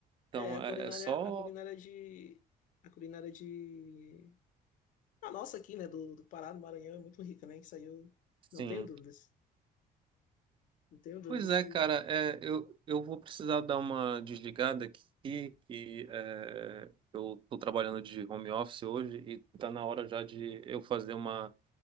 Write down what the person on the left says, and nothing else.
É, a
culinária,
a culinária de, a culinária de, a nossa aqui, né, do, do Pará, do Maranhão, é muito rica, né, que saiu,
não tenho dúvidas, não tenho dúvidas
que,